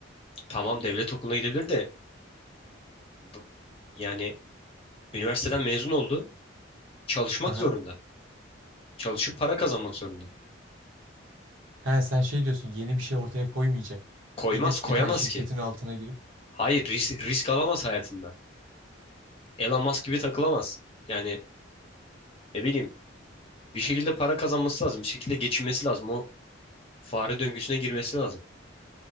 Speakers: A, on the left; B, on the right.
A: tamam devlet okuluna gidebilir de bu- yani üniversiteden mezun oldu. Çalışmak
B: <laughs>
A: zorunda. Çalışıp para kazanmak zorunda.
B: He sen şey diyorsun yeni bir şey ortaya koymayacak.
A: Koymaz,
B: Gidip
A: koyamaz
B: bir tane şirketin
A: ki.
B: altına girip
A: Hayır, risk, risk alamaz hayatında. Elon Musk gibi takılamaz. Yani ne bileyim bir şekilde para kazanması lazım. Bir şekilde geçinmesi lazım. O fare döngüsüne girmesi lazım.